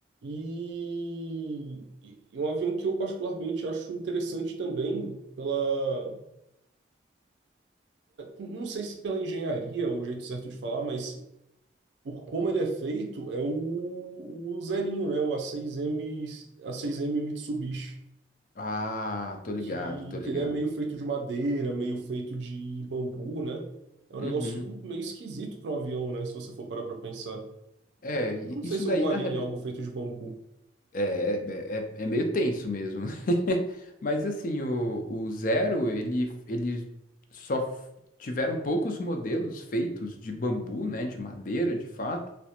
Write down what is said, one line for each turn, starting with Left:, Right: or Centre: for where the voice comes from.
Right: E, e e um avião que eu particularmente acho interessante também pela é, não sei se pela engenharia é o jeito certo de falar, mas por como ele é feito, é o, o zerinho, né? O A6M, A6M Mitsubishi,
Left: Ah, tô ligado,
Right: que,
Left: tô ligado.
Right: que ele é meio feito de madeira, meio feito de bambu, né? É um
Left: Uhum.
Right: negócio meio esquisito para um avião, né? Se você for parar para pensar.
Left: É, i-
Right: Eu não sei
Left: isso
Right: se
Left: daí
Right: eu voaria
Left: na realidade.
Right: em algo feito de bambu.
Left: É, é, é é meio tenso mesmo. <laughs> Mas assim, o, o Zero, ele, ele só f- tiveram poucos modelos feitos de bambu, né? De madeira, de fato.